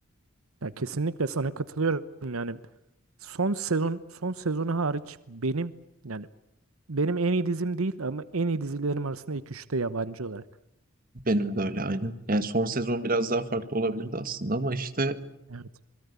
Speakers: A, on the right; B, on the right.
A: Ya kesinlikle sana katılıyorum yani. Son sezon son sezonu hariç benim yani benim en iyi dizim değil ama en iyi dizilerim arasında ilk üçte yabancı olarak.
B: Benim de öyle aynı. Yani son sezon biraz daha farklı olabilirdi aslında ama işte
A: Evet.